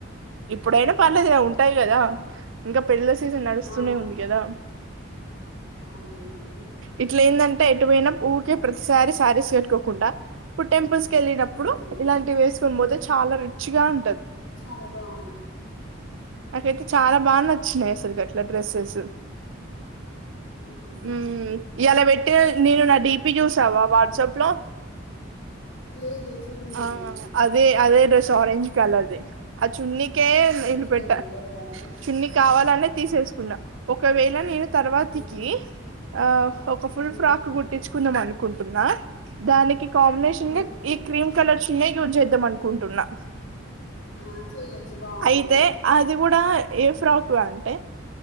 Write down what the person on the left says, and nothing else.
ఆ,
అదే అదే
ఉమ్,
చాలా బాగుంటయ్
ఉమ్.
లేదు చూడలేదు
చూస్తా
తర్వాత
ఉమ్,
ఉమ్,
ఉమ్.
ఆ, చెయ్యొచ్చు బాగుంటుంది